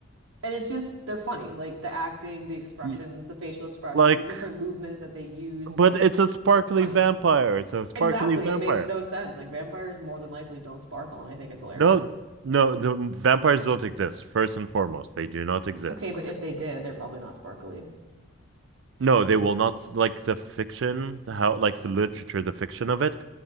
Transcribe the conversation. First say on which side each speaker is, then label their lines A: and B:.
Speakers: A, on the right (about 75°); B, on the right (about 60°).
A: And it's just they're funny. Like the acting, the expressions,
B: Y-
A: the facial expressions,
B: Like,
A: the different movements that they use,
B: but
A: like
B: it's a sparkly
A: it's funny.
B: vampire. It's a sparkly
A: Exactly.
B: vampire.
A: It makes no sense. Like vampires more than likely don't sparkle, and I think it's hilarious.
B: No, no, the vampires don't exist. First and foremost, they do not exist.
A: Okay, but if they did, they're probably not sparkly.
B: No, they will not s- like the fiction, how like the literature, the fiction of it.